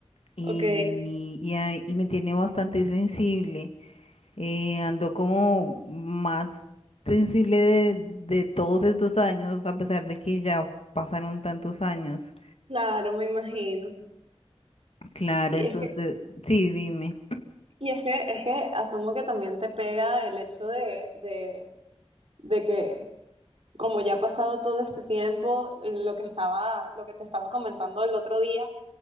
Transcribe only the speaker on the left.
y,
y, a- y me tiene bastante sensible. Eh, ando como más sensible de, de todos estos años, a pesar de que ya pasaron tantos años.
Claro,
entonces,
sí, dime.